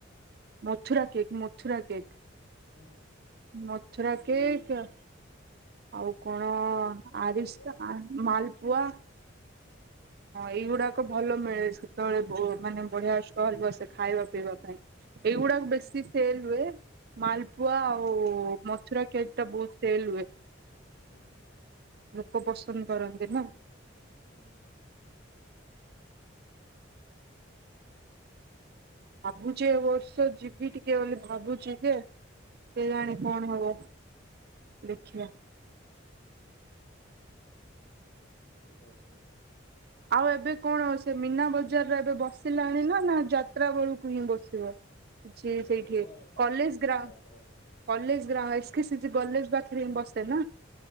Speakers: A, on the right; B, on the left.
A: Mathura cake Mathura cake.
B: ହୁଁ ହୁଁ ହୁଁ।
A: ମଥୁରା କେକ୍ <inaudible> ଆଉ କଣ ଆରିସା
B: ମାଲବା
A: ମାଲ ୱା ହଁ ଏଇଗୁଡାକ ଭଲ ମିଳେ ସେତେବେଳେ ମାନେ ବଢିଆ ଷ୍ଟଲ ବସେ ଖାଇବା ପିଇବା ପାଇଁ। ଏଇଗୁଡାକ
B: ହୁଁ
A: ବେଶୀ
B: ହୁଁ
A: ସେଲ ହୁଏ। ମାଲପୁଆ ଓ ମଥୁରା କେକ୍ ଟା ବହୁତ ସେଲ ହୁଏ।
B: ହୁଁ ହୁଁ
A: ଲୋକ ପସନ୍ଦ କରନ୍ତି ନା।
B: ହୁଁ।
A: ଭାବୁଛି ଏ ବର୍ଷ ଯିବି ଟିକେ ବୋଲି ଭାବୁଛି ଯେ କେ ଜାଣି କଣ ହବ, ଦେଖିବା।
B: ଠିକ୍ ଅଛି।
A: ଆଉ ଏବେ କଣ ସେ ମୀନା ବଜାରରେ ଏବେ ବସିଲାଣି ନା ନା ଯାତ୍ରା ବେଳକୁ ହିଁ ବସିବ? ଅଛି
B: ଏବେ
A: ସେଇଠି
B: କୁଆଡେ ଟାଇମ
A: କଲେଜ୍
B: ଅଛି
A: ଗ୍ରାଉ
B: ଯାତ୍ରା ପାଇଁ
A: କଲେଜ୍ ଗ୍ରା S K C G college ପାଖରେ ହିଁ ବସେ ନା?